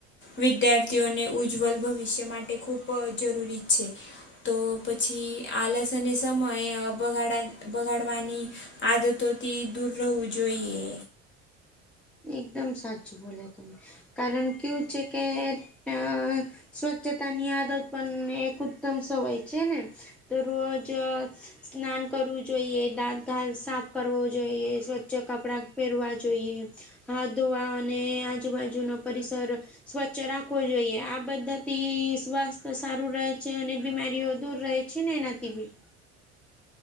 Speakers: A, on the left; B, in the centre.
A: વિદ્યાર્થીઓને ઉજ્જવલ ભવિષ્ય માટે ખૂબ જરૂરી છે. તો પછી આલસ અને સમય બગાડા બગાડવાની આદતોથી દૂર રહેવું જોઈએ.
B: એકદમ સાચું બોલે તુ કારણ કેવું છે કે, અ સ્વચ્છતા ની આદત પણ એક ઉત્તમ સવય છે ને તો રોજ અ સ્નાન કરવું જોઈએ, દાંત ઘાાસ સાફ કરવો જોઈએ, સ્વચ્છ કપડા પેરવા જોઈએ, હાથ ધોવા અને આજુબાજુનો પરિસર સ્વચ્છ રાખવો જોઈએ. આ બધાથી સ્વાસ્થ્ય સારું રહે છે અને બીમારીઓ દૂર રહે. છી ને એનાથી બી.